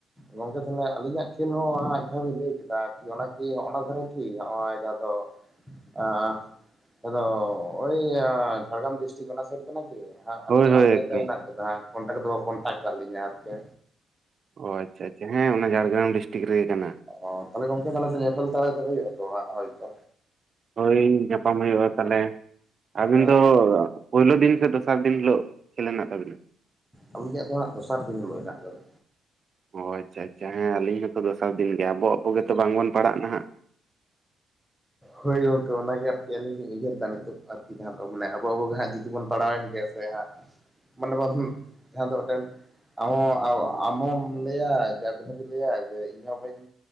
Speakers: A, in the centre; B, on the right (about 45°).
A: ᱜᱚᱝᱠᱮ ᱛᱟᱞᱦᱮ ᱟᱹᱞᱤᱧᱟᱜ ᱠᱷᱮᱹᱞ ᱦᱚᱸ ᱡᱟᱸᱦᱟᱞᱤᱧ ᱞᱟᱹᱭ ᱠᱮᱫᱟ ᱚᱱᱟᱠᱤ ᱦᱚᱸᱜ-ᱚᱱᱟ ᱫᱷᱟᱨᱟ ᱠᱤ ᱱᱚᱜ-ᱚᱭ ᱡᱟᱦᱟᱸ ᱫᱚ ᱟᱸ ᱟᱫᱚ ᱳᱭ ᱟᱸ ᱡᱷᱟᱲᱜᱨᱟᱢ ᱰᱤᱥᱴᱤᱠ ᱚᱱᱟ ᱥᱟᱭᱤᱰ ᱠᱟᱱᱟ ᱠᱤ? ᱟᱸ
B: ᱦᱳᱭ
A: ᱟᱹᱞᱤᱧᱟᱜ
B: ᱦᱳᱭ
A: ᱦᱚᱸ ᱠᱷᱮᱞ
B: ᱮᱠᱫᱚᱢ
A: ᱫᱚ ᱢᱮᱱᱟᱜ ᱠᱟᱫᱟ ᱠᱚᱱᱴᱟᱠ ᱦᱚᱸᱛᱚ ᱠᱚ ᱠᱚᱱᱴᱟᱠᱴ ᱠᱟᱜ ᱞᱤᱧᱟ ᱟᱨᱠᱤ
B: ᱚ ᱟᱪᱪᱷᱟ ᱟᱪᱪᱷᱟ ᱦᱮᱸ ᱚᱱᱟ ᱡᱷᱟᱲᱜᱮᱨᱟᱢ ᱰᱤᱥᱴᱤᱠ ᱨᱮᱜᱮ ᱠᱟᱱᱟ
A: ᱚ ᱛᱟᱞᱦᱮ ᱜᱚᱝᱠᱮ <inaudible> ᱧᱮᱯᱮᱞ ᱛᱟᱨᱟ ᱛᱚ ᱦᱩᱭᱩᱜᱼᱟ ᱟᱛᱚ ᱦᱟᱸᱜ ᱦᱳᱭᱛᱚ
B: ᱦᱳᱭ ᱧᱟᱯᱟᱢ ᱦᱩᱭᱩᱜᱼᱟ ᱛᱟᱞᱦᱮ ᱟᱵᱤᱱ
A: ᱚ
B: ᱫᱚ ᱯᱳᱭᱞᱳ ᱫᱤᱱ ᱥᱮ ᱫᱚᱥᱟᱨ ᱫᱤᱱ ᱦᱤᱞᱳᱜ ᱠᱷᱮᱞ ᱦᱮᱱᱟᱜ ᱛᱟᱵᱤᱱᱟ?
A: ᱟᱹᱞᱤᱧᱟᱜ ᱫᱚ ᱦᱟᱸᱜ ᱫᱚᱥᱟᱨ ᱫᱤᱱ ᱦᱤᱞᱳᱜ ᱦᱮᱱᱟᱜ ᱠᱟᱫᱟ
B: ᱚ ᱟᱪᱪᱷᱟ ᱟᱪᱪᱷᱟ ᱦᱮᱸ ᱟᱞᱤᱧ ᱦᱚᱸᱛᱚ ᱫᱚᱥᱟᱨ ᱫᱤᱱ ᱜᱮ ᱟᱵᱚ ᱟᱵᱚ ᱜᱮᱛᱚ ᱵᱟᱝᱵᱚᱱ ᱯᱟᱲᱟᱜ ᱱᱟᱦᱟᱜ
A: ᱦᱳᱭ ᱜᱚᱝᱠᱮ ᱚᱱᱟᱜᱮ ᱟᱨᱠᱤ ᱟᱹᱞᱤᱧ ᱞᱤᱧ ᱩᱭᱦᱟᱹᱨᱫᱟ ᱱᱤᱛᱳᱜ ᱟᱨᱠᱤ ᱡᱟᱦᱟᱸ ᱫᱚ ᱢᱟᱱᱮ ᱟᱵᱚ ᱟᱵᱚ ᱦᱟᱸᱜ ᱡᱩᱫᱤ ᱵᱚᱱ ᱯᱟᱲᱟᱣᱮᱱ ᱜᱮ ᱥᱮ ᱦᱟᱸᱜ ᱢᱟᱱᱮ <unintelligible> ᱡᱟᱦᱟᱸ ᱫᱚ ᱢᱮᱫᱴᱮᱱ ᱟᱢ ᱦᱚ ᱟᱢ ᱦᱚᱢ ᱞᱟᱹᱭᱟ ᱡᱮ ᱟᱹᱵᱤᱱ ᱦᱚᱸᱵᱤᱱ ᱞᱟᱹᱭᱟ ᱡᱮ ᱤᱧᱦᱚᱸ ᱵᱟᱹᱧ